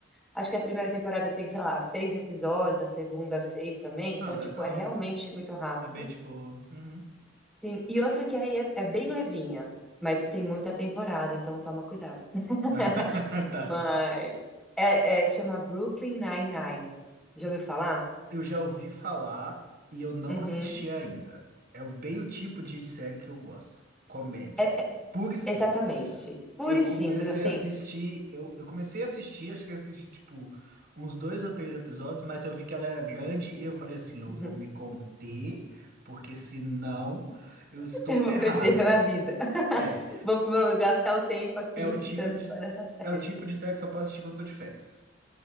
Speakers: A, in the centre; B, on the right.
A: Acho que a primeira temporada tem, sei lá, seis episódios, a segunda, seis também.
B: Ah,
A: Então,
B: legal.
A: tipo, é realmente muito rápido.
B: É bem de boa. Uhum.
A: Sim. E outra que aí é, é bem levinha, mas tem muita temporada, então toma cuidado. <laughs>
B: <laughs> Tá.
A: Mas é, é- chama Brooklyn Nine-Nine. Já ouviu falar?
B: Eu já ouvi falar e eu não
A: Uhum.
B: assisti ainda. É bem o tipo de série que eu gosto. Comédia.
A: É, é-
B: Pura e simples.
A: exatamente. Pura
B: Eu
A: e
B: comecei
A: simples, assim.
B: a assistir. Eu, eu comecei a assistir, acho que eu assisti tipo uns dois ou três episódios, mas eu vi que ela era grande e eu falei assim: eu
A: Uhum.
B: vou me conter, porque senão eu
A: <laughs>
B: estou
A: Eu
B: ferrado.
A: vou perder a vida. <laughs>
B: É.
A: Vou, vou gastar o tempo aqui
B: É o tipo
A: ficando
B: de,
A: só nessa série.
B: é o tipo de série que eu só posso assistir quando eu tô de férias.